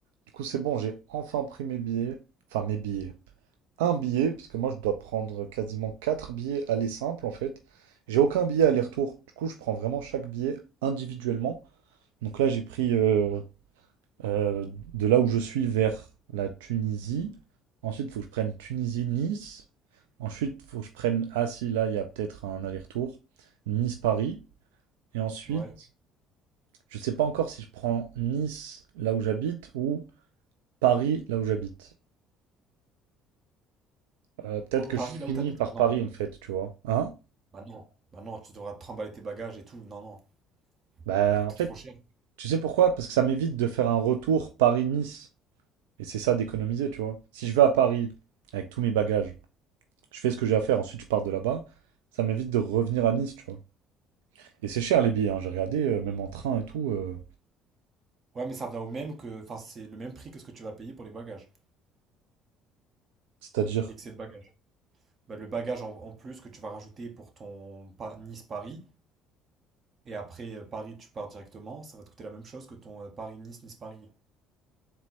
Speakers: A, on the right (about 85°); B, on the right (about 40°).
A: Du coup, c'est bon, j'ai enfin pris mes billets. Enfin, mes billets. Un billet, puisque moi, je dois prendre quasiment quatre billets aller simple, en fait. J'ai aucun billet aller-retour. Du coup, je prends vraiment chaque billet individuellement. Donc là, j'ai pris euh, euh, de là où je suis vers la Tunisie. Ensuite, il faut que je prenne Tunisie-Nice. Ensuite, il faut que je prenne... Ah si, là, il y a peut-être un aller-retour. Nice-Paris. Et ensuite,
B: Ouais.
A: je ne sais pas encore si je prends Nice, là où j'habite, ou Paris, là où j'habite. Euh, peut-être
B: Ouais,
A: que
B: Paris,
A: je finis
B: là où t'habites?
A: par
B: Bah
A: Paris,
B: non.
A: en fait, tu vois. Hein?
B: Bah non. Bah non, tu devras te trimballer tes bagages et tout. Non, non.
A: Bah,
B: Ça va te coûter
A: en fait,
B: trop cher.
A: tu sais pourquoi? Parce que ça m'évite de faire un retour Paris-Nice. Et c'est ça d'économiser, tu vois. Si je vais à Paris avec tous mes bagages, je fais ce que j'ai à faire, ensuite je pars de là-bas, ça m'évite de revenir à Nice, tu vois. Et c'est cher les billets, hein, J'ai regardé, euh, même en train et tout. euh,
B: Ouais, mais ça revient au même que. Enfin, c'est le même prix que ce que tu vas payer pour les bagages.
A: c'est-à-dire,
B: L'excès de bagages. Bah, le bagage en, en plus que tu vas rajouter pour ton Pa- Nice-Paris. Et après euh, Paris, tu pars directement. Ça va te coûter la même chose que ton euh, Paris-Nice-Nice-Paris.